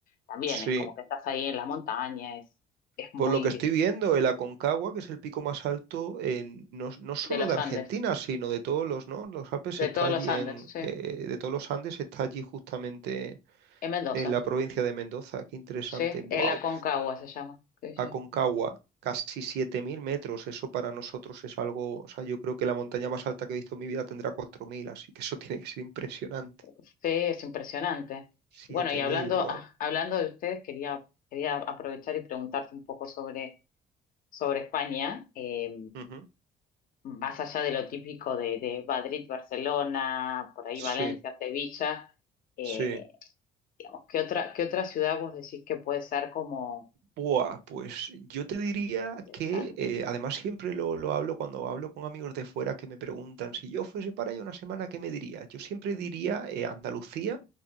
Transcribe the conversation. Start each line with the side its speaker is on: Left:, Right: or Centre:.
Left: también,
Right: Sí,
Left: es como que estás ahí en la montaña, es, es muy
Right: Por lo que
Left: lindo.
Right: estoy viendo, el Aconcagua, que es el pico más alto, en- no, no solo
Left: De los
Right: de Argentina,
Left: Andes,
Right: sino de todos los, ¿no? Los Alpes
Left: de
Right: está
Left: todos
Right: allí
Left: los Andes,
Right: en,
Left: sí,
Right: eh, de todos los Andes está allí justamente
Left: en Mendoza,
Right: en la provincia de Mendoza. Qué interesante.
Left: sí,
Right: Wow.
Left: el Aconcagua se llama, sí, sí.
Right: Aconcagua, casi 7.000 metros. Eso para nosotros es algo, o sea, yo creo que la montaña más alta que he visto en mi vida tendrá cuatro mil así que eso <laughs> tiene que ser impresionante.
Left: Sí, es impresionante.
Right: siete
Left: Bueno, y hablando,
Right: mil
Left: ah,
Right: wow.
Left: hablando de ustedes, quería, quería aprovechar y preguntarte un poco sobre, sobre España, eh,
Right: Ujú.
Left: más allá de lo típico de, de Madrid, Barcelona, por ahí
Right: Sí,
Left: Valencia, Sevilla, eh,
Right: sí.
Left: digamos, ¿qué otra, qué otra ciudad vos decís que puede ser como
Right: Buah, pues yo te diría
Left: interesante?
Right: que, eh, además siempre lo, lo hablo cuando hablo con amigos de fuera que me preguntan, si yo fuese para allá una semana, ¿qué me diría? Yo siempre diría eh, Andalucía,